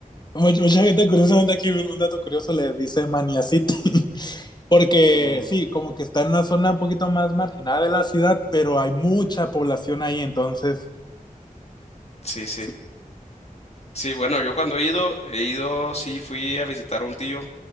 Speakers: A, on the left (about 30°); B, on the left (about 50°).
A: mucha, mucha gente, curiosamente, aquí un dato curioso le dice Mania City, porque
B: Mm,
A: sí, como que está en una zona un poquito más marginada de la ciudad, pero hay mucha población ahí, entonces,
B: sí, sí.
A: sí.
B: Sí, bueno, yo cuando he ido, he ido, sí, fui a visitar a un tío,